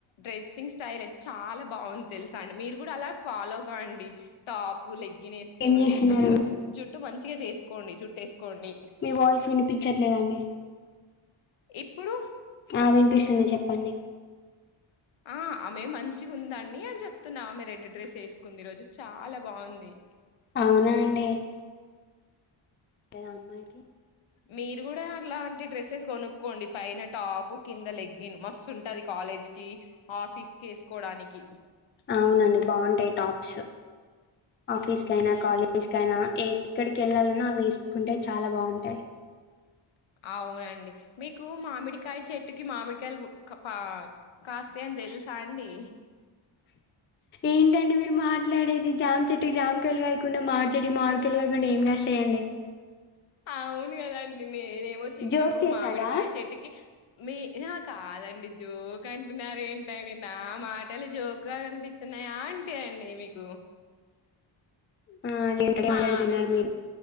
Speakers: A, on the left; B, on the left.
A: డ్రెస్సింగ్ స్టైల్ అయితే చాలా బాగుంది తెలుసా అండి మీరు కూడా అలా ఫాలో గాండీ టాపు లెగ్ గిన్ ఏసుకోండీ
B: ఏం చేస్తున్నారండి
A: జుట్టు జుట్ ట్టు మంచిగా చేసుకోండి జుట్టు వేసుకోండి
B: మీ వాయిస్ వినిపించట్లేదండి
A: ఇప్పుడు
B: ఆ వినిపిస్తుంది చెప్పండి
A: ఆ ఆమె మంచిగా ఉందండి అని చెప్తున్నా ఆమె రెడ్ డ్రెస్ వేసుకుంది ఈ రోజు చాలా బాగుంది
B: అవునా అండి లేద అమ్మాయికి
A: మీరు కూడా అలాంటి డ్రెస్సెస్ కొనుక్కోండి పైన టాప్ కింద లెగ్గిన్ మస్తు ఉంటది కాలేజ్ కి ఆఫీస్ కి వేసుకోడానికి
B: అవునండి బాగుంటాయి టాప్స్ ఆఫీస్ కైనా
A: మ్మ్
B: కాలేజ్ కైనా ఎక్కడి కేళ్ళాలన్నా అవి వేసుకుంటే చాలా బాగుంటాయి
A: అవునండి మీకు మామిడికాయ చెట్టుకి మామిడికాయలు క పా కాస్తాయి అని తెలుసా అండి
B: ఏంటండి మీరు మాట్లాడేది జామచేట్ జామకాయలు కాయకుండా మాడిచేట్ కి మాడికాయలు కాయకుండా ఏం కాస్తాయండి
A: ఆవున్ గదా అండి నేనేమో చిన్నప్పుడు
B: జోక్ చేశారా?
A: మామిడికాయ చెట్టుకి మీ ఆ హా కాదండి జోక్ అంటున్నారు ఏంట నా మాటలు జోక్ గా కనిపిత్తున్నాయా అంటే అండి మీకు
B: ఆ! లేదండి
A: మామిడి
B: మాట్లాడుతున్నారు మీరు.